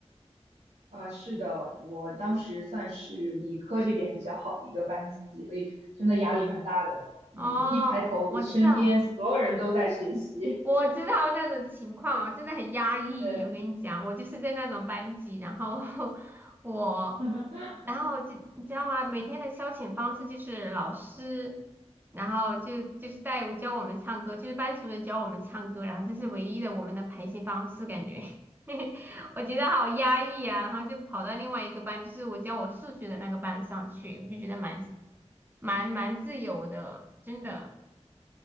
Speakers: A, on the right; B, on the right.
A: 啊，是的，我当时算是理科这边比较好的一个班级，所以真的压力蛮大的。你一抬头，
B: 哦，我知道。
A: 身边所有人都在学习。
B: 我。我知道那种情况啊，真的很压抑。
A: 对，
B: 我跟你讲，我就是在那种班级，然后 <laughs> 我，
A: <laughs>
B: 然后就你知道吗？每天的消遣方式就是老师，然后就就是带我教我们唱歌，就是班主任教我们唱歌，然后这是唯一的我们的排泄方式，感觉 <laughs> 我觉得好压抑啊。然后就跑到另外一个班，就是我教我数学的那个班上去，我就觉得蛮蛮蛮自由的，真的。